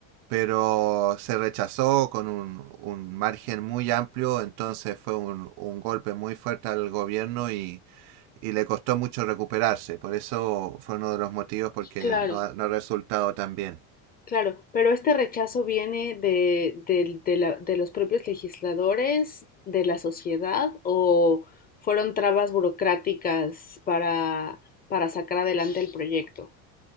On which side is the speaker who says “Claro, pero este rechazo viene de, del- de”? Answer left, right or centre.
Left